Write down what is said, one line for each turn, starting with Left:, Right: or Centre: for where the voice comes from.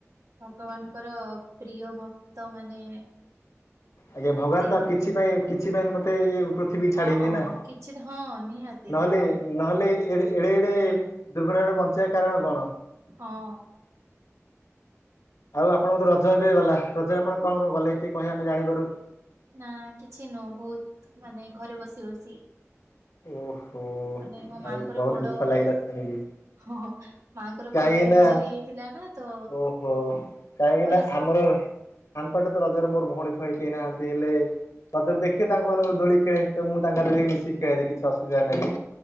Right: ଭଗବାନଙ୍କର ପ୍ରିୟ ଭକ୍ତ ମାନେ।
Left: ଆଜ୍ଞା ଭଗବାନ
Right: ସେଇଲେ
Left: ତ କିଛି ପାଇଁ କିଛି ପାଇଁ ବି ମତେ ଏ ଏ ପୃଥି ଥିବି
Right: ହଁ
Left: ଛାଡ଼ିନି ନା
Right: କିଛି ହଁ ନିହାତି
Left: ନହଲେ ନହଲେ। ଏ ଏଡେ ଏଡେ ଦୁର୍ଘଟଣା ରୁ ବଞ୍ଚେଇବା କାରଣ କଣ।
Right: ହଁ।
Left: ଆଉ ଆପଣଙ୍କ ତ ରଜ ଏବେ ଗଲା ରଜ ଆପଣ କଣ କଣ କଲେ ଟିକେ କହିଲେ ଆମେ ଜାଣିପାରୁ।
Right: ନା କିଛି ନୁହଁ ବହୁତ୍ ମାନେ ଘରେ ବସି ବସି।
Left: ଓହୋ
Right: ମାନେ ମୋ
Left: ମାଇଁ
Right: ମାଙ୍କର
Left: ଗଡ୍
Right: ଗୋଡ
Left: ଦୁଃଖ ଲାଗିଲା ଶୁଣିକି।
Right: ହଁ ମାଙ୍କର
Left: କାହିଁକି
Right: ଗୋଡ ଫ୍ୟାକ୍ଚର
Left: ନା
Right: ହେଇଯାଇଥିଲା ନା ତ।
Left: ଓହୋ କାହିଁକି
Right: ଘରେ
Left: ନା
Right: ସବୁ
Left: ଆମର ଆମ ପାଖେ ତ ରଜରେ ମୋର ଭଉଣୀ ଫଉଣୀ କେହି ନାହାନ୍ତି ହେଲେ। ତତେ ଦେଖେ ତାଙ୍କୁ ମାନଙ୍କୁ ଦୋଳି ଖେଳେ ତ ମୁଁ ତାଙ୍କସାଥିରେ ମିଶି ଖେଳେ ଯେ କିଛି ଅସୁବିଧା ନାହିଁ।